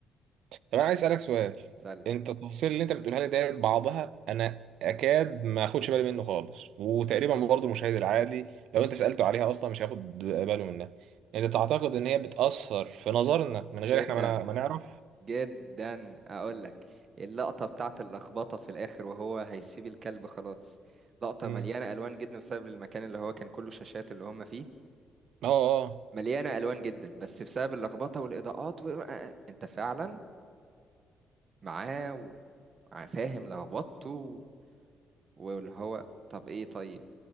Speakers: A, on the right (about 80°); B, on the right (about 45°).
A: طب انا عايز اسالك سؤال
B: سل
A: انت التفاصيل اللي انت بتقولها لي ديت بعضها انا اكاد ما اخدش بالي منه خالص وتقريبا برضه المشاهد العادي لو انت سالته عليها اصلا مش هياخد باله منها انت تعتقد ان هي بتاثر في نظرنا من
B: جدا
A: غير احنا ما نع- ما نعرف
B: جدا اقول لك اللقطه بتاعت اللخبطه في الاخر وهو هيسيب الكلب خلاص لقطه
A: امم
B: مليانه الوان جدا بسبب المكان اللي هو كان كله شاشات اللي هم فيه
A: اه آه.
B: مليانه الوان جدا بس بسبب اللخبطه والاضاءات و... <laughs> انت فعلا معاه و- وفاهم لخبطته و- واللي هو طب ايه طيب